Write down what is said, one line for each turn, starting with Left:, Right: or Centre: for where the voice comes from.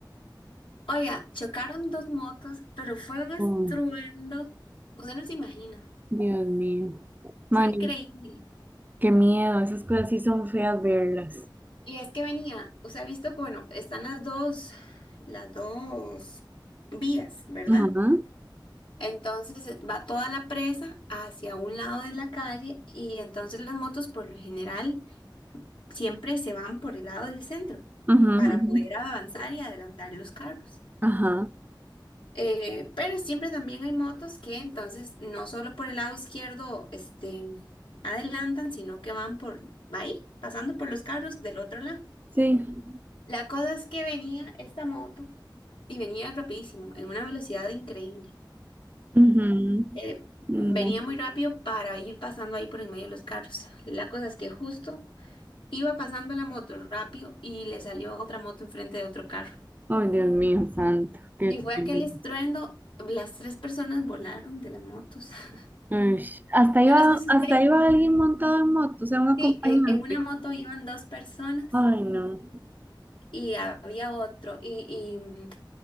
Left: Oiga, chocaron dos motos, pero fue un estruendo.
Right: Uy,
Left: Usted no se imagina.
Right: Dios mío. Mani,
Left: Fue increíble.
Right: qué miedo, esas cosas sí son feas verlas.
Left: Y es que venía, usted ha visto que, bueno, están las dos, las dos vías, ¿verdad?
Right: Ajá,
Left: Entonces eh, va toda la presa hacia un lado de la calle y entonces las motos por lo general siempre se van por el lado del centro
Right: ajá,
Left: para
Right: ajá,
Left: poder avanzar y adelantar los carros.
Right: ajá.
Left: Eh, pero siempre también hay motos que entonces no solo por el lado izquierdo este, adelantan, sino que van por ahí, pasando por los carros del otro lado.
Right: Sí,
Left: La cosa es que venía esta moto y venía rapidísimo, en una velocidad increíble.
Right: ujú.
Left: Eh,
Right: Mm,
Left: venía
Right: No.
Left: muy rápido para ir pasando ahí por en medio de los carros. La cosa es que justo iba pasando la moto rápido y le salió otra moto enfrente de otro carro.
Right: Ay, Dios mío, santo, qué
Left: Y fue
Right: terrible.
Left: aquel estruendo, las tres personas volaron de las motos. <laughs>
Right: Ay, hasta iba,
Left: Yo no sé si
Right: hasta
Left: usted...
Right: iba alguien montado en moto, o sea, un acompañante.
Left: Sí, en, en una moto iban dos personas
Right: Ay, no.
Left: y había otro. Y, y, mm,